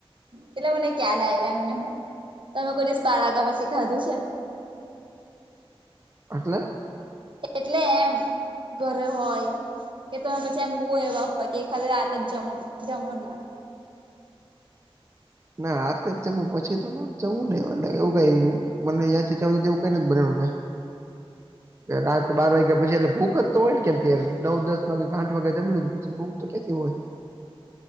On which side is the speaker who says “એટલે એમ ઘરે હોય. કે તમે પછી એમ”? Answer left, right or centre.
Right